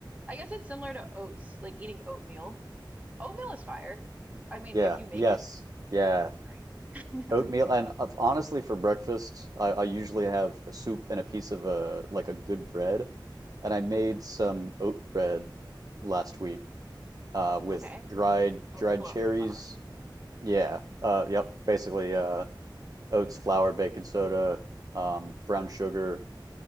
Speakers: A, on the right (about 20°); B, on the right (about 50°).
A: I guess it's similar to oats, like eating oatmeal. Oatmeal is fire. I mean,
B: Yeah.
A: if you make
B: Yes.
A: it
B: Yeah.
A: right. <laughs>
B: Oatmeal,
A: Like,
B: and uh, honestly, for breakfast, I, I usually have a soup and a piece of a like a good bread, and I made
A: mhm.
B: some oat bread last week. uh, with
A: Okay.
B: dried
A: Oat
B: dried
A: flo-
B: cherries.
A: flour.
B: Yeah. Uh, yep. Basically, uh, oats, flour, baking soda, um, brown sugar,